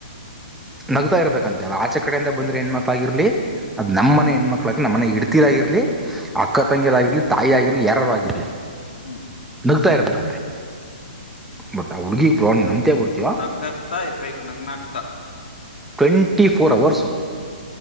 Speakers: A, in the centre; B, on the left.
A: ನಗ್ತಾ ಇರ್ಬೇಕಂತೆಲ್ಲ. ಚ್ಚ ಕಡೆಯಿಂದ ಬಂದ್ರೆ ಹೆಣ್ಮಕ್ಳ ಆಾಗಿರ್ಲಿ ಅದು ನಮ್ಮನೆ ಹೆಣ್ಮಕ್ಳಾಗಿ ನಮ್ಮನೇ ಇಡ್ತೀರ್ಗರ್ಲಿ. ಅಕ್ಕ ತಂಗಿರ ಆಗಿರ್ಲಿ ತಾಯಿ ಆಗಿರ್ಲಿ ಯಾರೂ ಆಗಿರ್ಲಿ.
B: ಹ್ಮ್
A: ನಗ್ತಾ ಇರ್ಬೇಕಂತೆ ಬಟ್ ಆ ಹುಡ್ಗಿಗ್ ಬ್ರೋ ನಂಬ್ತ ಬಿಡ್ತೀವ.
B: ನಗತಾ ಇರಬೇಕು ನಗ್ನ ನಾಗನಗ್ತಾ.
A: ಟ್ವೆಂಟಿ ಫೋರ್ ಅವರ್ಸು